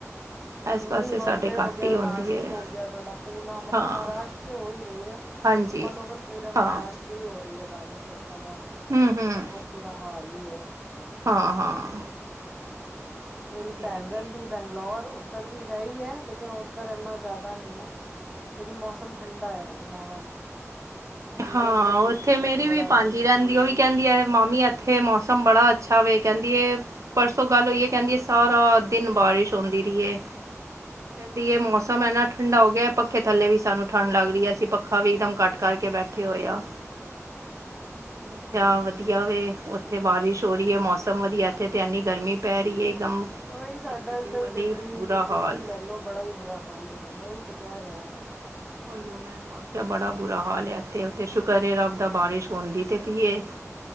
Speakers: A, on the right; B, in the centre.
A: ਇਸ
B: ਹਮ
A: ਪਾਸੇ
B: ਬੋਂਬੇ
A: ਸਾਡੇ
B: ਹੋ
A: ਘੱਟ
B: ਗਿਆ
A: ਹੀ ਹੁੰਦੀ
B: ਨਾਸਿਕ
A: ਹੈ
B: ਹੋ ਗਿਆ ਤੁਹਾਡਾ ਪੂਨਾ ਮਤਲਬ
A: ਹਾਂ
B: ਮਹਾਰਾਸ਼ਟਰ 'ਚ ਹੋ ਹੀ ਰਹੇ।
A: ਹਾਂਜੀ
B: ਆਲਓਵਰ ਪੂਰੇ ਮਹਾਰਾਸ਼ਟਰ
A: ਹਾਂ
B: ਹੀ ਹੋ ਰਹੀ ਹੈ ਬਾਰਿਸ਼ ਉਸ ਸਮੇਂ।
A: ਹਮ ਹਮ।
B: ਬਹੁਤ ਬੁਰਾ ਹਾਲ ਹੀ ਹੈ।
A: ਹਾਂ- ਹਾਂ।
B: ਮੇਰੀ
A: ਉਹ ਤੇ
B: ਭੈਣ
A: ਹੈ ਹੀ
B: ਰਹਿੰਦੀ
A: ਹੈ।
B: ਬੰਗਲੌਰ ਉੱਧਰ ਵੀ ਹੈ ਹੀ ਹੈ ਲੇਕਿਨ ਉੱਧਰ ਇੰਨਾ ਜ਼ਿਆਦਾ ਨਹੀਂ ਹੈ। ਲੇਕਿਨ ਮੌਸਮ ਠੰਡਾ ਹੈ ਉਹਨਾਂ ਵੱਲ। ਸਾਡੇ
A: ਹਾਂ
B: ਇਧਰ ਯੂਪੀ
A: ਉੱਥੇ
B: 'ਚ
A: ਮੇਰੀ
B: ਤੇ ਬੜਾ
A: ਵੀ ਭਾਂਜੀ
B: ਇਹ ਕਰਦਾ।
A: ਰਹਿੰਦੀ ਉਹ ਵੀ ਕਹਿੰਦੀ ਆ ਮਾਮੀ ਇੱਥੇ ਮੌਸਮ ਬੜਾ ਅੱਛਾ ਵੇ ਕਹਿੰਦੀ ਏ। ਪਰਸੋਂ ਗੱਲ ਹੋਈ ਹੈ ਕਹਿੰਦੀ ਸਾਰਾ ਦਿਨ ਬਾਰਿਸ਼ ਹੁੰਦੀ ਰਹੀ ਹੈ ਕਹਿੰ ਦੀ ਇਹ ਮੌਸਮ ਹੈ ਨਾ ਠੰਡਾ ਹੋ ਗਿਆ ਪੱਖੇ ਥੱਲੇ ਵੀ ਸਾਨੂੰ ਠੰਢ ਲੱਗ ਰਹੀਏ ਅਸੀ ਪੱਖਾ ਵੀ ਇੱਕਦਮ ਘਟ ਕਰਕੇ ਬੈਠ। ਕੀ ਹੋਇਆ ਮੈਂ
B: ਉਹੀ
A: ਕਿਹਾ ਵਧੀਆ ਵੇ। ਉਧਰ ਇੱਥੇ ਬਾਰਿਸ਼ ਹੋ ਰਹੀ ਹੈ ਮੌਸਮ ਵਧੀਆ ਇੱਥੇ ਤੇ ਐੰਨੀ ਗਰਮੀ ਪੈ ਰਹੀ ਹੈ ਇੱਕਦਮ।
B: ਉਈ ਸਾਡਾ
A: ਚਿਪਚਿਪੀ
B: ਇੱਧਰ
A: ਵਾਲੀ
B: ਦਿੱਲੀ
A: ਬੁਰਾ
B: ਯੂਪੀ
A: ਹਾਲ
B: ਲੈ ਲੋ ਬੜਾ ਹੀ ਬੁਰਾ ਹਾਲ ਹੋ ਜਾਂਦਾ ਉਹੀ ਤੇ ਕਹਿ ਰਿਹਾ।
A: ਉਈਓ ਮੈਂ ਇਹਨੂੰ ਆਖਿਆ ਬੜਾ ਬੁਰਾ ਹਾਲ ਹੈ। ਤੇ ਉੱਥੇ ਸ਼ੁਕਰ ਏ ਰੱਭਦਾ ਬਾਰਿਸ਼ ਹੁੰਦੀ ਤੇ ਕੀ ਇਹ